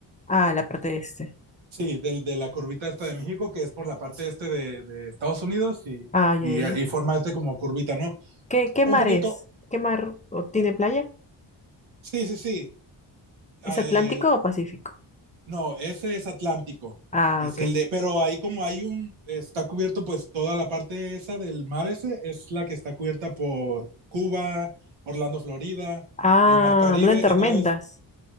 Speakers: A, on the left; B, on the right.
A: Ah, la parte este.
B: sí, del, de la curvita esta de México, que es por la parte este de, de Estados Unidos y,
A: Ah, ya,
B: y,
A: ya, ya.
B: y forma este como curvita, ¿no?
A: ¿Qué, qué
B: Un
A: mar
B: poquito,
A: es? ¿Qué mar o tiene playa?
B: sí, sí, sí. El,
A: ¿Es Atlántico o Pacífico?
B: no, ese es Atlántico.
A: Ah,
B: Es
A: ok.
B: el de, pero ahí como hay un, está cubierto pues toda la parte esa del mar ese, es la que está cubierta por Cuba, Orlando, Florida,
A: Ah,
B: el mar Caribe,
A: ¿no hay tormentas?
B: entonces,